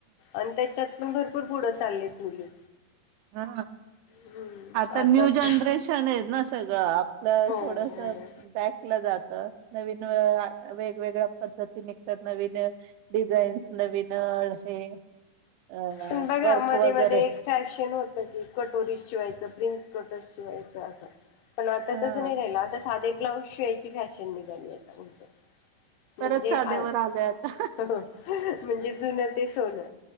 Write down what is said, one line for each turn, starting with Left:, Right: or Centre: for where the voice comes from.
Left: आणि त्याच्यात पण भरपूर पुढं चाललेत मुली
Right: हा
Left: हम्म
Right: आता न्यू
Left: तर
Right: जनरेशन आहे ना सगळं.
Left: हो
Right: थोडस.
Left: हो.
Right: बॅकलं जात नवीन वेगवेगळ्या पद्धती निघतात नवीन डिझाईन्स नवीन अ
Left: पण बघा
Right: वर्क
Left: मध्ये
Right: वगैरे
Left: मध्ये एक फॅशन होतं की कटोरी शिवायचं प्रिन्स कटोर शिवायचं असं. पण आता
Right: हा
Left: तसं नाही राहिलं आता साधे ब्लाऊज शिवायची फॅशन निघाली आता म्हणत.
Right: परत
Left: म्हणजे
Right: साधेवर
Left: आ
Right: आलोय आता
Left: म्हणजे जुनं ते सोनं.